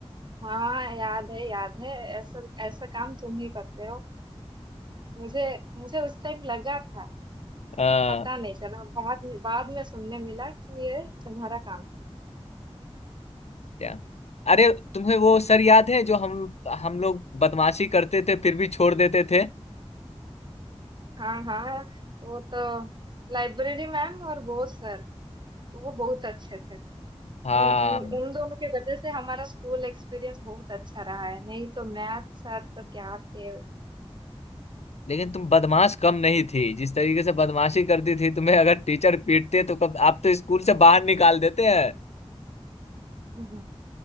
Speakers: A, on the right (about 45°); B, on the left (about 75°).
A: हाँ याद है याद है ऐसा ऐसा काम तुम ही करते हो मुझे मुझे उस टाइम लगा था
B: हाँ,
A: पता नहीं चला बाद में बाद में सुनने मिला कि ये तुम्हारा काम था
B: क्या अरे तुम्हें वो सर याद है जो हम हम लोग बदमाशी करते थे फिर भी छोड़ देते थे
A: हाँ हाँ वो तो लाइब्रेरी मैम और बोस सर वो बहुत अच्छे थे
B: हाँ
A: उन उन उन दोनों के वजह से हमारा स्कूल एक्सपीरियंस बहुत अच्छा रहा है नहीं तो मैथ सर तो क्या थे
B: लेकिन तुम बदमाश कम नहीं थी जिस तरीके से बदमाशी करती थी तुम्हें अगर टीचर पीटते तो कब आप तो स्कूल से बाहर निकाल देते हैं
A: हम्म।